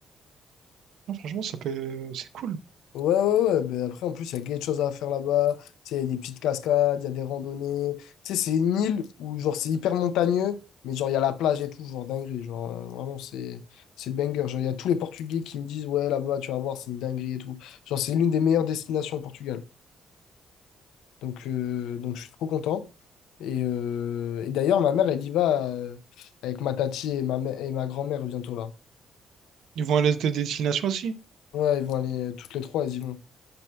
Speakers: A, on the right; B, on the left.
A: Non, franchement, ça peut... c'est cool.
B: Ouais, ouais, ouais. Mais après, en plus, il y a gay de choses à faire là-bas. Tu sais, il y a des petites cascades, il y a des randonnées. Tu sais, c'est une île où, genre, c'est hyper montagneux, mais genre, il y a la plage et tout, genre, dinguerie. Genre, euh, vraiment, c'est c'est banger. Genre, il y a tous les Portugais qui me disent, ouais, là-bas, tu vas voir, c'est une dinguerie et tout. Genre, c'est l'une des meilleures destinations au Portugal. Donc, euh, donc je suis trop content. Et, euh, et d'ailleurs, ma mère, elle y va euh, avec ma tati et ma, mè- et ma grand-mère bientôt là.
A: Ils vont à l'est de destination aussi?
B: Ouais, ils vont aller, euh, toutes les trois, elles y vont.